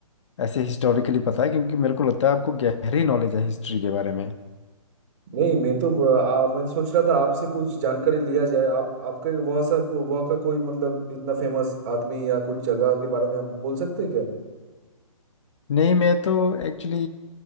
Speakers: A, on the left (about 55°); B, on the right (about 30°).
A: ऐसे हिस्टोरिकली पता है क्योंकि मेरे को लगता है आपको गहरी नॉलेज है हिस्ट्री के बारे में
B: नहीं मैं तो आ, मैं तो सोच रहा था आपसे कुछ जानकारी लिया जाए आप आपके वहाँ सा को, वहाँ का कोई मतलब इतना फेमस आदमी या कुछ जगह के बारे में आप बोल सकते हैं क्या
A: नहीं मैं तो एक्चुअली